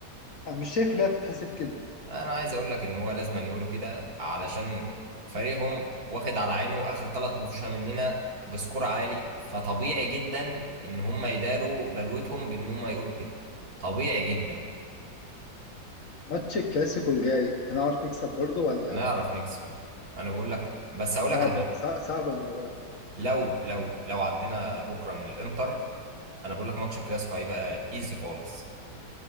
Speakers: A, on the left (about 55°); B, on the right (about 55°).
A: انا مش شايف اللعبه بتتحسب كده
B: انا عايز اقول لك ان هو لازم أن يقولوا كده علشان فريقهم واخد على عينه اخر ثلاث مطوشة مننا بسكور عالي فطبيعي جدا ان هم يداروا بلوتهم بان هم يقولوا كده طبيعي جدا
A: ماتش الكلاسيكو الجاي هنعرف نكسب برضه ولا
B: هنعرف نكسب انا بقول لك بس هقول
A: صعبه
B: لك على حاجة
A: صع- صعبه المره دي
B: لو لو لو عدينا بكرة من الانتر انا بقول لك ماتش الكلاسيكو هيبقى ايزي خالص